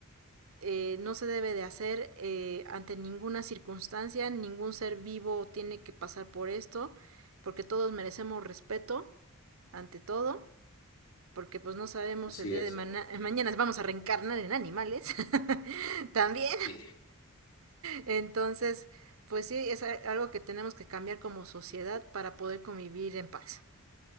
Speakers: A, on the right (about 65°); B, on the left (about 75°).
A: Eh, no se debe de hacer eh, ante ninguna circunstancia, ningún ser vivo tiene que pasar por esto, porque todos merecemos respeto, ante todo, porque pues no sabemos
B: Así
A: el día
B: es,
A: de ma <laughs> mañana vamos a reencarnar en animales <laughs> también.
B: sí,
A: Entonces, pues sí, es algo que tenemos que cambiar como sociedad para poder convivir en paz.